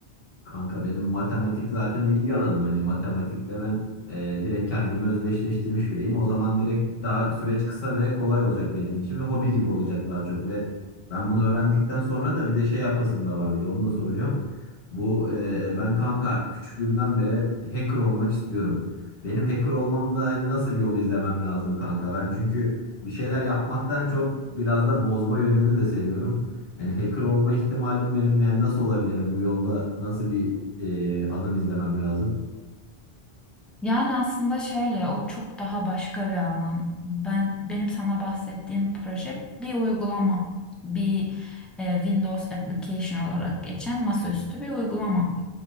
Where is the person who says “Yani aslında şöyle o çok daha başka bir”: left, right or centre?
Centre